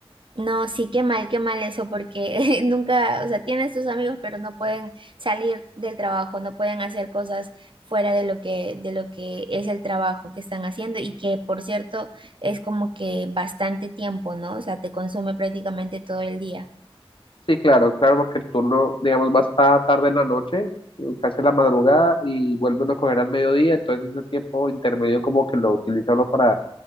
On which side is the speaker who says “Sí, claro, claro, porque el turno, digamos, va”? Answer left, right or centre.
Left